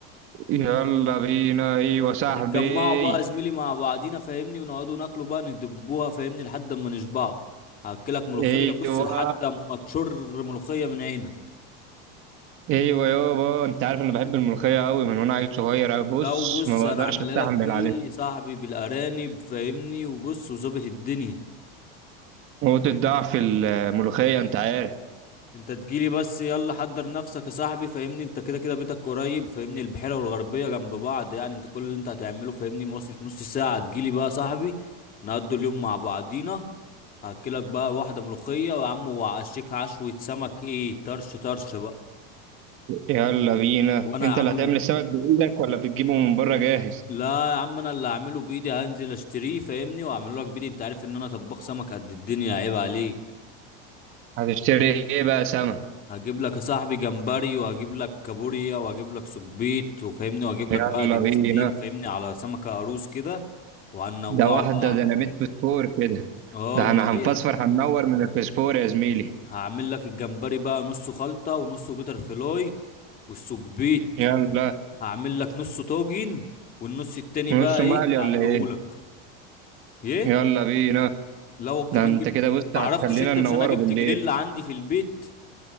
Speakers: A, on the right; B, on the left.
A: يلا بينا ايوه صاحبي
B: هنتجمعوا بقى يا زميلي مع بعضينا فاهمني ونقعدوا ناكلوا بقى ندبوها فاهمني لحد اما نشبعوا هاكلك ملوخيه
A: ايوه
B: بص لحد اما تشر ملوخيه من عينك
A: ايوه يابا انت عارف انا بحب الملوخيه قوي من وانا عيل صغير بص
B: لو بص
A: ما بقدرش
B: انا عامل
A: استحمل
B: لك ايه
A: عليها
B: يا صاحبي بالارانب فاهمني وبص وظابط الدنيا
A: نقطه ضعف الملوخيه انت عارف
B: انت تجيلي بس يلا حضر نفسك يا صاحبي فاهمني انت كده كده بيتك قريب فاهمني البحيره والغربيه جنب بعض يعني انت كل اللي انت هتعمله فاهمني مواصله نص ساعه تجيلي بقى يا صاحبي هنقضي اليوم مع بعضينا هاكلك بقى واحده ملوخيه ويا عم وعشيك عشوه سمك ايه طرش طرش بقى
A: يلا بينا
B: وانا
A: انت
B: يا
A: اللي
B: عم
A: هتعمل السمك بايدك ولا بتجيبه من بره جاهز
B: لا يا عم انا اللي هعمله بايدي هنزل اشتريه فاهمني واعمله لك بايدي انت عارف ان انا طباخ سمك قد الدنيا عيب عليك
A: هتشتري ايه بقى سمك
B: هجيب لك يا صاحبي جمبري وهجيب لك كابوريا وهجيب لك سبيط وفاهمني وهجيب
A: يلا
B: لك بقى دينستين
A: بينا
B: فاهمني على سمكة قاروص كده وهنوعه
A: ده واحدة
B: بقى
A: ديناميت فسفور كده
B: اه
A: ده
B: امال
A: انا هنفسفر
B: ايه
A: هننور من الفسفور يا زميلي
B: هعمل لك الجمبري بقى نصه خلطة ونصه بيتر فلاي والسبيط
A: يلا
B: هعمل لك نصه طاجن والنص التاني
A: نص
B: بقى
A: مقلي
B: ايه اقلهولك
A: ولا ايه
B: ايه
A: يلا بينا
B: لو كمان
A: ده انت
B: جبت
A: كده بص
B: معرفتش
A: هتخلينا
B: انت
A: ننوره
B: مش انا جبت
A: بالليل
B: جريل عندي في البيت